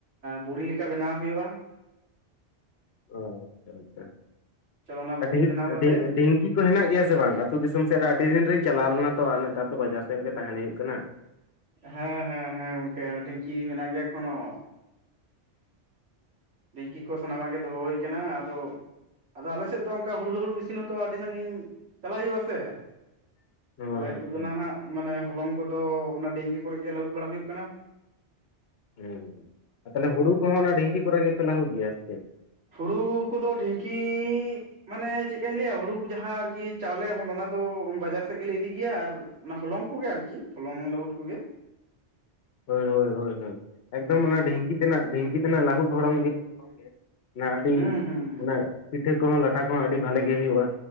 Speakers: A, on the right; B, on the left.
A: ᱵᱩᱲᱤ ᱞᱮᱠᱟ ᱵᱮᱱᱟᱣ ᱦᱩᱭᱩᱜᱼᱟ ᱾
B: ᱚ ᱟᱪᱪᱷᱟ ᱟᱪᱪᱷᱟ
A: ᱪᱚᱞᱚ ᱚᱱᱟ ᱵᱩᱲᱤ
B: ᱟᱹᱰᱤᱡ
A: ᱵᱮᱱᱟᱣ
B: ᱟᱹᱰᱤᱡ
A: ᱠᱟᱛᱮᱜ
B: ᱰᱷᱤᱝᱠᱤ ᱛᱚ ᱦᱮᱱᱟᱜ ᱜᱮᱭᱟ ᱥᱮ ᱵᱟᱝ? ᱟᱹᱛᱩ ᱫᱤᱥᱚᱢ ᱥᱮᱫ ᱨᱮ ᱟᱹᱰᱤ ᱫᱤᱱ ᱨᱤᱧ ᱪᱟᱞᱟᱣ ᱞᱮᱱᱟ ᱛᱚ ᱟᱨ ᱱᱮᱛᱟᱨ ᱫᱚ ᱵᱟᱡᱟᱨ ᱥᱮᱫ ᱨᱮᱜᱮ ᱛᱟᱦᱮᱱ ᱦᱩᱭᱩᱜ ᱠᱟᱱᱟ ᱾
A: ᱦᱮᱸ ᱦᱮᱸ ᱦᱮᱸ ᱜᱚᱝᱠᱮ ᱚᱱᱮ ᱰᱤᱝᱠᱤ ᱢᱮᱱᱟᱜ ᱜᱮᱭᱟ ᱮᱠᱷᱳᱱᱚ ᱾ ᱰᱷᱤᱝᱠᱤ ᱠᱚ ᱥᱟᱱᱟᱢᱟᱜ ᱜᱮ ᱫᱚᱦᱚ ᱦᱩᱭ ᱠᱟᱱᱟ ᱟᱫᱚ-ᱼ ᱟᱫᱚ ᱟᱞᱮ ᱥᱮᱫ ᱫᱚ ᱚᱱᱠᱟ ᱦᱩᱲᱩ ᱞᱟᱹᱦᱩᱫ ᱢᱤᱥᱤᱱ ᱦᱚᱛᱚ ᱟᱹᱰᱤ ᱥᱟᱺᱜᱤᱧ ᱪᱟᱞᱟᱣ ᱦᱩᱭᱩᱜᱼᱟ ᱥᱮ ᱾
B: ᱚ
A: ᱛᱟᱞᱟᱭ ᱟᱹᱛᱩ
B: ᱟᱪᱪᱷᱟ
A: ᱫᱚ ᱱᱟᱦᱟᱜ ᱢᱟᱱᱮ ᱦᱚᱞᱚᱝ ᱠᱚᱫᱚ ᱚᱱᱟ ᱰᱷᱤᱝᱠᱤ ᱠᱚᱨᱮ ᱜᱮ ᱞᱟᱹᱦᱩᱫ ᱵᱟᱲᱟ ᱦᱩᱭᱩᱜ ᱠᱟᱱᱟ ᱾
B: ᱦᱩᱸ ᱛᱟᱦᱞᱮ ᱦᱩᱲᱩ ᱠᱚᱦᱚᱸ ᱚᱱᱟ ᱰᱷᱤᱝᱠᱤ ᱠᱚᱨᱮ ᱜᱮᱯᱮ ᱞᱟᱹᱦᱩᱫ ᱜᱮᱭᱟ ᱥᱮ ᱪᱮᱫ?
A: ᱦᱩᱲᱩᱻ ᱠᱚᱫᱚ ᱰᱷᱤᱝᱠᱤᱻ ᱢᱟᱱᱮ ᱪᱮᱫ ᱞᱮᱠᱟᱹᱧ ᱞᱟᱹᱭᱟ ᱦᱩᱲᱩ ᱡᱟᱦᱟᱸ ᱟᱨᱠᱤ ᱪᱟᱣᱞᱮᱭᱟᱵᱚᱱ ᱚᱱᱟ ᱫᱚ ᱵᱟᱡᱟᱨ ᱥᱮᱫ ᱜᱮᱞᱮ ᱤᱫᱤ ᱜᱮᱭᱟ ᱟᱨ ᱚᱱᱟ ᱦᱚᱞᱚᱝ ᱠᱚᱜᱮ ᱟᱨᱠᱤ ᱦᱚᱞᱚᱝ ᱞᱟᱹᱦᱩᱫ ᱠᱚᱜᱮ
B: ᱦᱚᱭ ᱦᱚᱭ ᱦᱚᱭ ᱦᱚᱭ ᱮᱠᱫᱚᱢ ᱚᱱᱟ ᱰᱷᱤᱝᱠᱤ ᱛᱮᱱᱟᱜ ᱰᱷᱤᱝᱠᱤ ᱛᱮᱱᱟᱜ ᱞᱟᱹᱦᱩᱫ ᱦᱚᱲᱚᱝ ᱜᱮ ᱦᱚᱞᱚᱝ ᱜᱮ ᱚᱱᱟ ᱟᱹᱰᱤᱡ
A: ᱦᱩᱸ ᱦᱩᱸ
B: ᱚᱱᱟ ᱯᱤᱴᱷᱟᱹ ᱠᱚᱦᱚᱸ ᱞᱟᱴᱟ ᱠᱚᱦᱚᱸ ᱟᱹᱰᱤ ᱵᱷᱟᱞᱮ ᱜᱮ ᱦᱩᱭᱩᱜᱼᱟ